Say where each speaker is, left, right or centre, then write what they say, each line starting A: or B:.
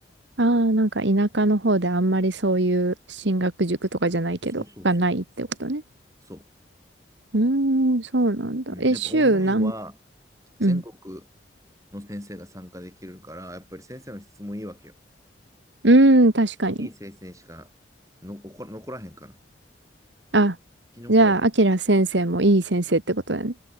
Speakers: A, on the right; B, on the right.
A: ああ、なんか田舎の方であんまりそういう進学塾とかじゃないけど、
B: そうそうそう。
A: がないってことね。
B: そう。
A: うーん、そうなんだ。
B: うん、
A: え、
B: やっぱオンラインは
A: 週何、
B: 全国
A: うん。
B: の先生が参加できるから、やっぱり先生の質もいいわけよ。
A: うーん、確かに。
B: いい生成しかの残残らへんから。
A: あ、
B: 生き残れへん。
A: じゃあ、あきら先生もいい先生ってことだね。